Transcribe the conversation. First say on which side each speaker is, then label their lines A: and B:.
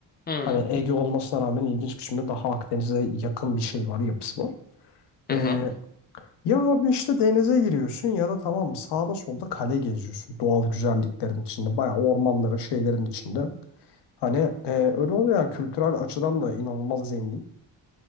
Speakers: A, on the left; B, on the left.
A: Hı hı.
B: Hani Ege olmasına rağmen ilginç bir biçimde daha Akdeniz'e yakın bir şey var, yapısı var.
A: Hı
B: Ee,
A: hı.
B: ya abi işte denize giriyorsun ya da tamam sağda solda kale geziyorsun. Doğal güzelliklerin içinde, bayağı ormanların, şeylerin içinde. Hani e, öyle oluyor ya kültürel açıdan da inanılmaz zengin.